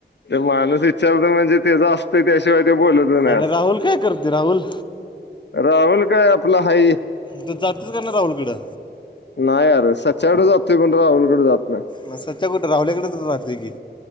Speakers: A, on the left; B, on the left.
A: माणूस विचारतय म्हणजे तेज असतंय त्याशिवाय ते बोलत नाही
B: आणि
A: असं
B: राहुल काय करतोय राहुल?
A: राहुल काय आपला हाय
B: तू जातोस का नाहीस राहुल कड?
A: नाही आर सच्याकडे जातोय पण राहुलकडे जात नाय.
B: मग सच्या कुठ राहुल्याकडेच राहतोय की!